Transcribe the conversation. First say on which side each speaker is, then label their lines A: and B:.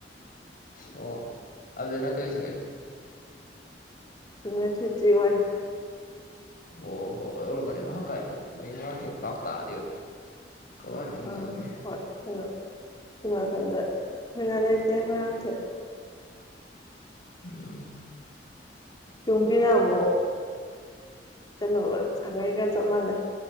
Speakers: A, on the left (about 50°); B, on the left (about 25°).
A: ꯑꯣ ꯑꯗꯨꯗꯅ ꯀꯩ ꯁꯥꯒꯩ
B: ꯔꯣꯡꯃꯩ ꯈꯦꯇꯔꯤ ꯑꯣꯏ
A: ꯑꯣ ꯍꯣꯏ ꯑꯣꯏꯔꯝꯒꯅꯤ ꯃꯍꯛꯀꯥꯏꯗ ꯃ‌ꯣꯏ ꯃꯣꯏꯔꯥꯡꯊꯦꯝ ꯄꯥꯛ ꯇꯥꯗꯦꯕ ꯀꯋꯥꯏꯅꯣ ꯉꯛꯑꯝꯃꯤ
B: ꯑꯥ ꯍꯣꯏ ꯁꯣꯝꯅ ‌ꯁꯣꯝꯅꯀꯟꯗ ꯀꯟꯅ ꯂꯩꯇꯦ ꯃꯔꯥꯡꯊꯦꯝ
A: <unintelligible>
B: ꯌꯨꯝꯒꯤꯅ ꯑꯃꯨꯛ ꯀꯩꯅꯣꯒ ꯁꯥꯒꯩꯒ ꯆꯞ ꯃꯥꯟꯅꯩ